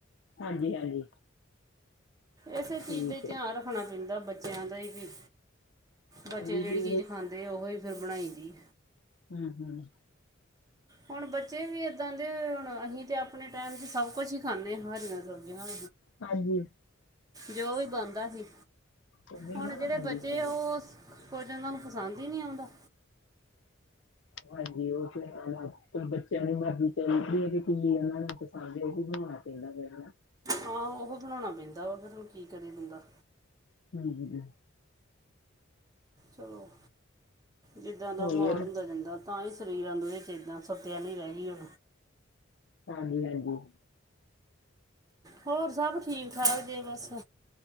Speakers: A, on the left; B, on the right.
A: ਹਾਂਜੀ ਹਾਂਜੀ।
B: ਇਸੇ ਚੀਜ
A: ਠੀਕ
B: ਦਾ ਈ
A: ਹੈ
B: ਧਿਆਨ ਰੱਖਣਾ ਪੈਂਦਾ ਬੱਚਿਆਂ ਦਾ ਹੀ ਵੀ।
A: ਹਾਂਜੀ
B: ਬੱਚੇ ਜਿਹੜੀ
A: ਵੀ
B: ਚੀਜ਼ ਖਾਂਦੇ ਉਹ ਹੀ ਫੇਰ ਬਣਾਈ ਦੀ।
A: ਹੁ-ਹੁ।
B: ਹੁਣ ਬੱਚੇ ਵੀ ਏਦਾਂ ਦੇ ਹੁਣ ਅਹੀ ਤੇ ਆਪਣੇ ਟਾਈਮ ਚ ਸਭ ਕੁਛ ਹੀ ਖਾਂਦੇ ਹਰੀਆਂ ਸਬਜ਼ੀਆਂ।
A: ਹਾਂਜੀ
B: ਜੋ ਵੀ ਬਣਦਾ ਸੀ।
A: ਉਹਨੇ
B: ਹੁਣ
A: ਨਾ
B: ਜਿਹੜੇ
A: ਹਾਂਜੀ
B: ਬੱਚੇ
A: ਹਾਂਜੀ
B: ਉਹ ਕੁਝ ਇਹਨਾਂ ਪਸੰਦ ਹੀ ਨ੍ਹੀਂ ਆਉਂਦਾ।
A: ਹਾਂਜੀ ਉਹ ਤੇ ਚ ਬੱਚਿਆਂ ਦੀ ਮਰਜ਼ੀ ਚੱਲਦੀ ਹੈ ਕਿ ਕੀ ਇਹਨਾਂ ਨੂੰ। ਹਾਂਜੀ ਓਹੀ ਬਨਾਉਣਾ ਚਾਹੀਦਾ ਫੇਰ
B: ਹਾਂ ਉਹ ਬਣਾਉਣਾ ਪੈਂਦਾ ਵਾ ਫਿਰ ਹੁਣ ਕੀ ਕਰੇ ਬੰਦਾ।
A: ਹਮ। ਹ। <unintelligible>
B: ਚਲੋ ਜਿੱਦਾਂ ਦਾ ਮਾਹੌਲ
A: ਹੋਰ
B: ਹੁੰਦਾ ਜਾਂਦਾ। ਤਾਂ ਹੀ ਸਰੀਰਾਂ ਨੂੰ ਇਹ ਏਦਾਂ ਸਤਿਆ ਨਹੀਂ ਰਹਿਣੀ ਆ।
A: ਹਾਂਜੀ-ਹਾਂਜੀ।
B: ਹੋਰ ਸਭ ਠੀਕ-ਠਾਕ ਜੇ ਬਸ